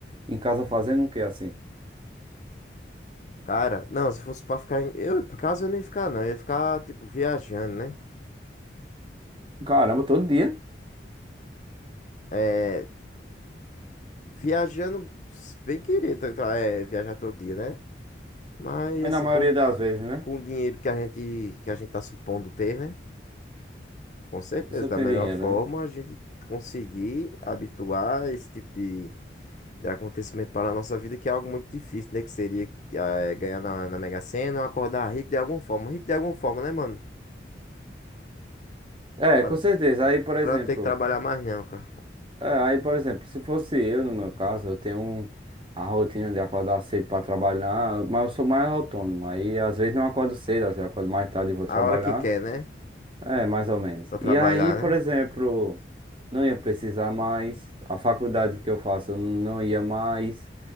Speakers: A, on the right (about 30°); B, on the left (about 40°).
A: em casa fazendo o que assim?
B: cara, não, se fosse pra ficar em. Eu, em casa eu nem ia ficar, não, eu ia ficar, tipo, viajando, né?
A: Caramba, todo dia.
B: É, viajando, bem querido, é, viajar todo dia, né? Mas
A: Mas
B: assim,
A: na maioria
B: com
A: das vezes, né?
B: com
A: A
B: o dinheiro que a gente que a gente está supondo ter, né? Com certeza,
A: pessoa
B: da
A: tem
B: melhor
A: dinheiro,
B: forma
A: né?
B: a gente conseguir habituar esse tipo de, de acontecimento para a nossa vida, que é algo muito difícil, né? Que seria eh, ganhar na, na Mega Sena ou acordar rico de alguma forma. Rico de alguma forma, né, mano?
A: É,
B: Para
A: com certeza. Aí, por exemplo.
B: para não ter que trabalhar mais não, cara.
A: É, aí, por exemplo, se fosse eu, no meu caso, eu tenho um- a rotina de acordar cedo para trabalhar, mas eu sou mais autônomo. Aí, às vezes, não acordo cedo, às vezes, eu acordo mais tarde e vou trabalhar.
B: A hora que quer, né?
A: É, mais ou menos.
B: Para trabalhar,
A: E aí, por
B: né?
A: exemplo, não ia precisar mais. A faculdade que eu faço, eu não ia mais.